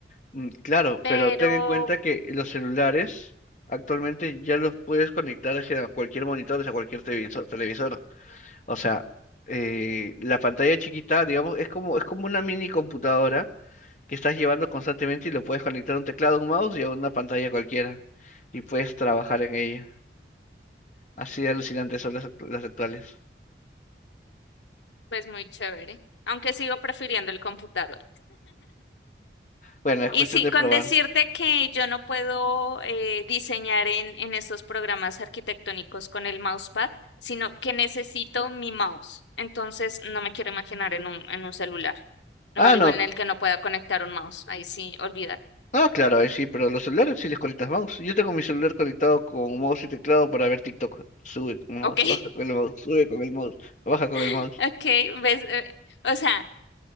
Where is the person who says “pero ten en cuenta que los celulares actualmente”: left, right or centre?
Left